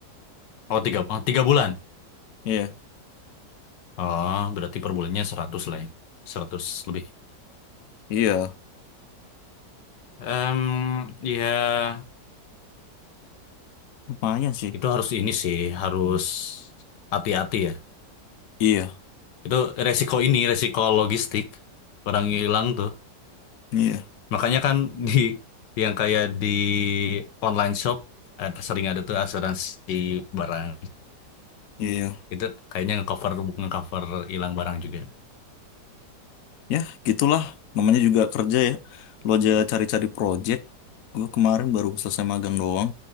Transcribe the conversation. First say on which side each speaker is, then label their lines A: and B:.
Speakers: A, on the left; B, on the left.
A: Oh tiga, oh, tiga bulan.
B: Iya.
A: Oh berarti per bulannya seratus lah ya. 100 lebih.
B: Iya.
A: Em, ya
B: Lumayan sih.
A: itu harus ini sih harus hati-hati ya.
B: Iya.
A: Itu resiko ini resiko logistik. Barang hilang tuh
B: Iya.
A: Makanya kan di yang kayak di online shop ada sering ada tuh asuransi barang.
B: Iya.
A: Itu kayaknya ngecover ngecover hilang barang juga.
B: Ya, gitulah. Namanya juga kerja ya. Lo aja cari-cari project. Gue kemarin baru selesai magang doang.